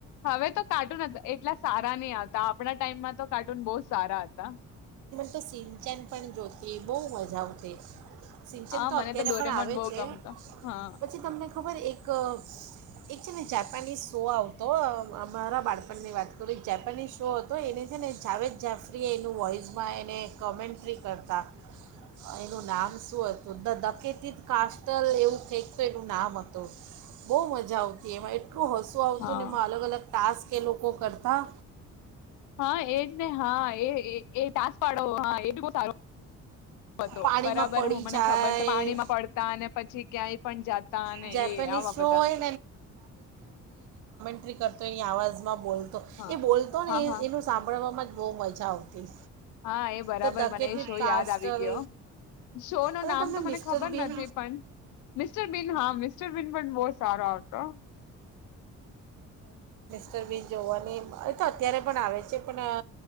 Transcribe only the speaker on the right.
હું તો શીન ચેન પણ જોતી બહુ મજા આવતી શીન ચેન
તો
અત્યારે
પણ આવે
છે
પછી તમને ખબર એક ગ એક એક છે ને જાપાનીઝ શો આવતો અમારા બાળપણની વાત કરું એક જાપાનીઝ શો હતો એને છે ને જાવેદ જાફરીએ એનું વોઇસમાં એને કોમેન્ટ્રી કરતા એનું નામ શું હત ધ ડાકેતિત કાસ્ટલ એવું કઇંક તો એનું નામ હતું બહુ મ જા આવતી એમાં એટલું હસું આવતું
ને એમાં અલગ અલગ ટાસ્ક એ લોકો કર હા
પાણીમાં
પડી
જાય
જેપેનિઝ
શો
હોય ન્ટ્રી કરતો કરતો એની આવાજમાં બોલતો
એ બોલતો ને
એનું સાંભળવા જ બહુ મ જા આવતી.
ધ ધકેટેડ
કાસ્ટલ
અને
તમને
મિસ્ટર
બીન
સ્ટર બિન જોવાની અહ તો અત્યારે પણ આવે છે અહ